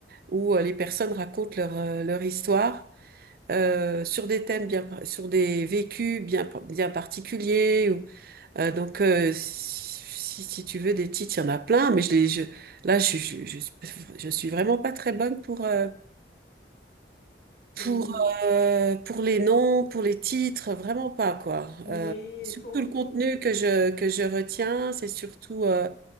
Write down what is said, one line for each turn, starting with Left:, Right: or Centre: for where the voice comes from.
Right: où euh, les personnes racontent leur euh, leur histoire euh, sur des thèmes bien par- sur des vécus bien par- bien particuliers Euh, donc, euh, si, si tu veux des titres, il y en a plein, mais je les, je, là, je, je, je, je suis vraiment pas très bonne pour, euh,
Left: Mais,
Right: pour, euh, pour les noms, pour les titres, vraiment pas, quoi.
Left: mais
Right: Euh, surtout
Left: pour,
Right: le contenu
Left: pour-
Right: que je, que je retiens, c'est surtout, euh,